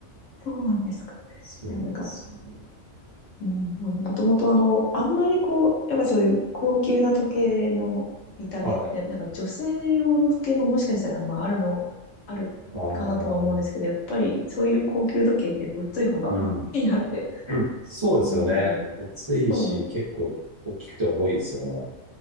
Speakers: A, on the left; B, on the right.
A: <laughs> そうなんですか。
B: そうなんですよね。
A: いや、なんかうん、もともとあの、あんまりこう、やっぱりそういう高級な時計の見た目って、
B: はい。
A: なんか女性用の時計ももしかしたら、まああるの、あるかなとは思うんですけど、
B: ああ、
A: やっぱりそういう高級時計ってごっつい方がかっこいいなって
B: うん。うんそうですよね。
A: 思うので、
B: ごついし、
A: そうなんです。
B: 結構大きくて重いですよね。